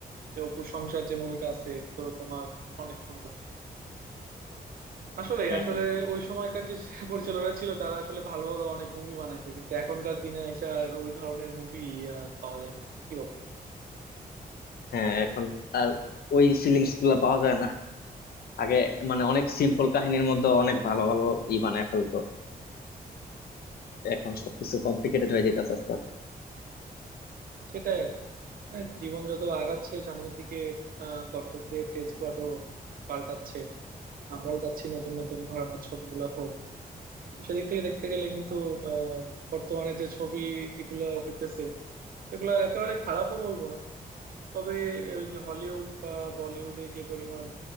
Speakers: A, on the right; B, on the left.
A: যে অপু সংসার যে মুভিটা আছে তো তোমার অনেক সুন্দর আসলে
B: হ্যাঁ
A: আসলে ওই সময়কার যে পরিচালকরা ছিল তারা আসলে ভালো ভালো অনেক মুভি বানাইছে কিন্তু এখনকার দিনে এসে আর ওই ধরনের মুভি আর পাওয়া যায় না কি বলো
B: হ্যাঁ, এখন আর ওই ফিলিংস গুলা পাওয়া যায় না আগে মানে অনেক সিম্পল কাহিনীর মধ্যে অনেক ভালো ভালো ই বানায় ফেলতো এখন সবকিছু কমপ্লিকেটেড হয়ে যেতেছে আস্তে
A: সেটাই আর কি। হ্যাঁ, জীবন যত আগাচ্ছে সামনের দিকে আহ দর্শকদের টেস্ট বাটও পাল্টাচ্ছে আমরাও চাচ্ছি নতুন নতুন ঘরানার ছবিগুলো হোক সেদিক থেকে দেখতে গেলে কিন্তু আহ বর্তমানে যে ছবি যেগুলো হইতেছে সেগুলো একেবারে খারাপও বলবো না তবে ওই যে হলিউড বা বলিউডে যে পরিমাণ